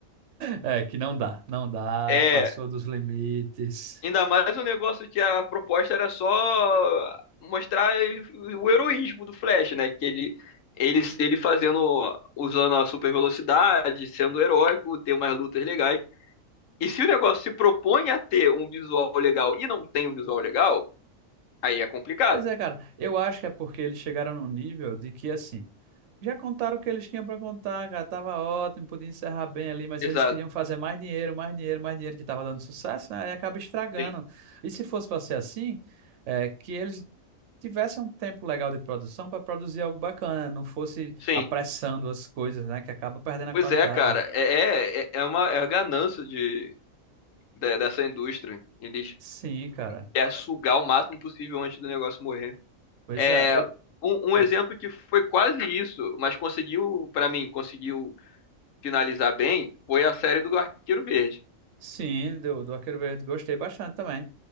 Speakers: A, on the right (about 65°); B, on the left (about 70°).
A: É, que não dá. Não dá,
B: É.
A: passou dos limites.
B: Ainda mais o negócio que a proposta era só mostrar o heroísmo do Flash, né? Que ele, ele, ele fazendo, usando a super velocidade, sendo heróico, ter umas lutas legais. E se o negócio se propõe a ter um visual legal e não tem um visual legal, aí é complicado.
A: Pois é, cara. Eu acho que é porque eles chegaram num nível de que, assim, Já contaram o que eles tinham para contar, cara. Tava ótimo, podia encerrar bem ali, mas
B: Exato,
A: eles queriam fazer mais dinheiro, mais dinheiro, mais dinheiro, que tava dando sucesso, né? E acaba estragando.
B: sim,
A: E se fosse para ser assim, é, que eles tivessem um tempo legal de produção para produzir algo bacana, não fosse
B: sim.
A: apressando as coisas, né? Que acaba perdendo a
B: Pois
A: qualidade.
B: é, cara, é, é, é é uma é a ganância de, de- dessa indústria. Eles
A: Sim, cara.
B: querem sugar o máximo possível antes do negócio morrer.
A: Pois
B: É,
A: é, eu.
B: um, um
A: o-
B: exemplo que foi quase isso, mas conseguiu, pra mim, conseguiu finalizar bem, foi a série do Arqueiro Verde.
A: Sim, do, do Arqueiro Verde gostei bastante também.